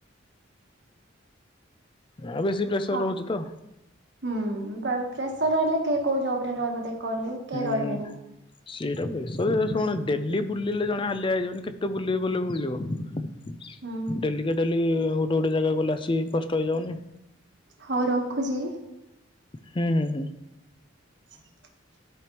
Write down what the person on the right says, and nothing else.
ହଁ
ହୁଁ ପ୍ରେସର ରହିଲେ କିଏ କୋଉ ଜବ ରେ ରହିବ ଦେଖ। କହିଲୁ କେହି
ରହିବେନି।
ହୁଁ
ହଉ ରଖୁଛି?
<inaudible>